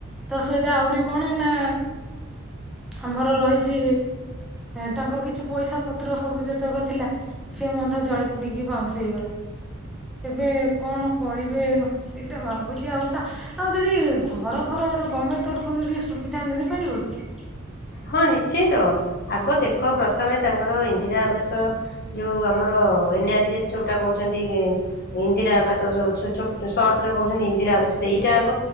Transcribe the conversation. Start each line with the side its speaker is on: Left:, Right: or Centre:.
Centre: ତା ସହିତ ଆହୁରି କଣ ନା ଆମର ରହିଛି ତାଙ୍କର କିଛି ପଇସା ପତ୍ର ସବୁ ଯେତେକ ଥିଲା ସେ ମଧ୍ୟ ଜଳି ପୋଡିକି ପାଉଁସ ହେଇଗଲା ତେବେ କଣ କରିବେ ସେଇଟା ଭାବୁଛି ଆଉ ତା ଆଉ ଦିଦି ଘର ଖର ଗଭର୍ଣମେଣ୍ଟ ତରଫରୁ କିଛି ସୁବିଧା ମିଳିପାରିବ କି?
Left: ହଁ ନିଶ୍ଚିନ୍ତ ତ ଆଗ ଦେଖ ପ୍ରଥମେ ତାଙ୍କର ଇନ୍ଦିରା ଆବାସ ଯୋଉ ଆମର ଏନ ଆର ଜି ଏସ୍ ଯୋଉଟା କହୁଛନ୍ତି ଇନ୍ଦିରା ଆବାସ ଛୋ ଛୋ ସଟରେ କହୁଛନ୍ତି ଇନ୍ଦିରା ଆବାସ ସେଇଟା ଆଗ